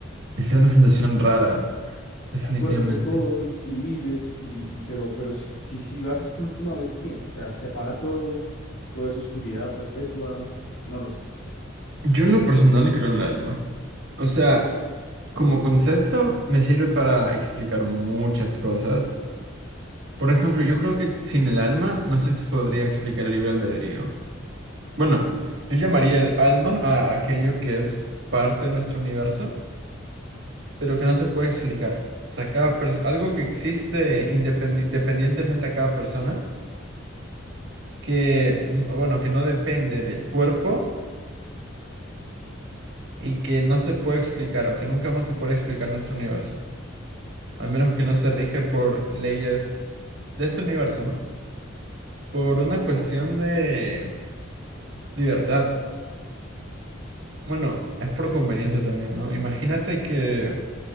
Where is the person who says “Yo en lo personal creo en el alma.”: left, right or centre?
Right